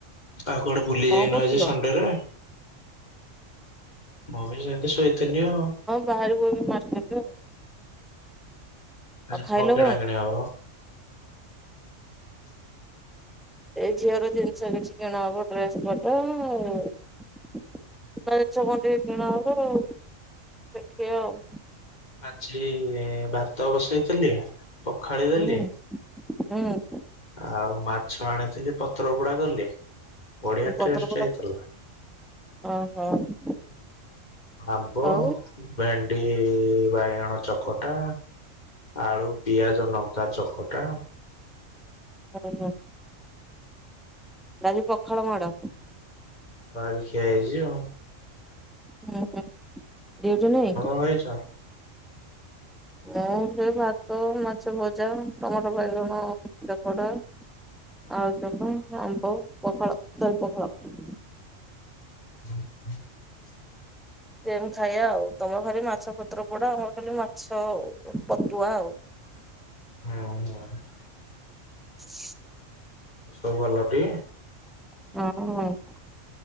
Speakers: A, on the left (about 35°); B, in the centre.
A: ଆଉ କୁଆଡେ ବୁଲି
B: କଣ
A: ଯାଇନ
B: କରୁଥିଲ?
A: ଆଜି ସଣ୍ଡେରେ? ମୁଁ ବି ସେମ୍ତି ଶୋଇଥିଲି ଆଉ।
B: ବାହାରକୁ ଏବେ ମାର୍କେଟ୍ ଆଉ। ଆଉ
A: ଆଜି କଣ
B: ଖାଇଲ
A: କିଣା କିଣି ହବ? <inaudible>
B: ଏଇ ଝିଅର ଜିନିଷ କିଛି କିଣାହବ ଡ୍ରେସ୍ ପଟା ଆଉ <unintelligible> ଜିନିଷ କଣ ଟିକେ କିଣା ହବ ଆଉ, ଦେଖିଆ ଆଉ।
A: ଆଜି ଭାତ ବସେଇଥିଲି ପଖାଳି ଦେଲି
B: ହୁଁ-ହୁଁ।
A: ଆଉ ମାଛ ଆଣିଥିଲି ପତ୍ର ପୋଡା କଲି। ବଢିଆ
B: ପତ୍ର
A: ଟେଷ୍ଟ
B: ପୋଡ଼ା,
A: ହେଇଥିଲା
B: ଓହୋ।
A: ଆମ୍ବ,
B: ଆଉ
A: ଭେଣ୍ଡି ବାଇଗଣ ଚକଟା ଆଳୁ ପିଆଜ ଲଙ୍କା ଚକଟା।
B: ଓହୋ, ଆଜି ପଖାଳ ମାଡ।
A: ହଁ ଅଜି ଖିଆ ହେଇଚି ଆଉ।
B: ହୁଁ, ଡିଉଟି ନାହିଁ?
A: ତମେ କଣ ଖାଇଛ?
B: ମୁଁ ସେଇ ଭାତ, ମାଛ ଭଜା, ଟମାଟୋ ବାଇଗଣ ଚକଟା ଆଉ ସବୁ ଆମ୍ବ, ପଖାଳ, ଦହି ପଖାଳ।
A: <inaudible>
B: ସେମ ଖାଇବା ଆଉ ତମର ଖାଲି ମାଛ ପତ୍ର ପୋଡା ଆମର ଖାଲି ମାଛ ପଟୁଆ ଆଉ।
A: ହୁଁ।
B: <inaudible>
A: ସବୁ ଭଲଟି?
B: ହଁ।